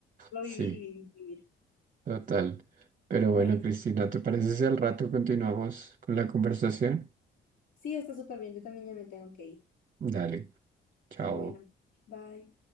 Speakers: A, on the left; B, on the right.
A: Solo
B: sí,
A: vivir y vivir, y vivir.
B: total. Pero
A: Bueno,
B: bueno, Cristina, ¿te parece si al rato continuamos con la conversación?
A: sí, está súper bien. Yo también ya me tengo que ir.
B: Dale, chao.
A: Bueno, bye.